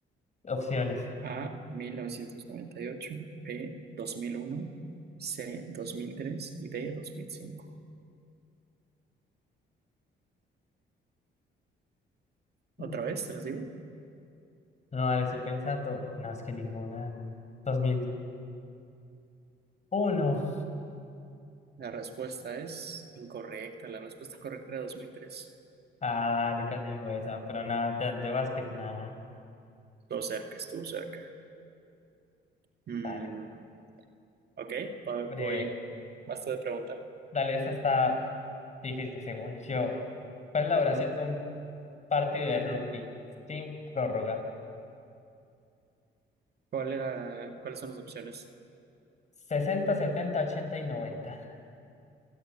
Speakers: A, on the left; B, on the right.
A: opciones.
B: A. 1998, B. 2001, C. 2003 y D. 2005.
A: Mm,
B: ¿Otra vez te las digo?
A: No, dale, estoy pensando. No, es que ninguna. dos mil uno
B: La respuesta es incorrecta. La respuesta correcta era 2003.
A: Ah, dale, casi digo esa. Pero nada, de, de básquet, nada.
B: Estuvo cerca, estuvo cerca. Mm,
A: Dale.
B: ok, va-
A: Breve.
B: voy. Basta de preguntar.
A: Dale, esa está difícil según yo. ¿Cuál es la duración de un partido de rugby sin prórroga?
B: ¿Cuál era, cuáles son las opciones?
A: sesenta setenta 80 y noventa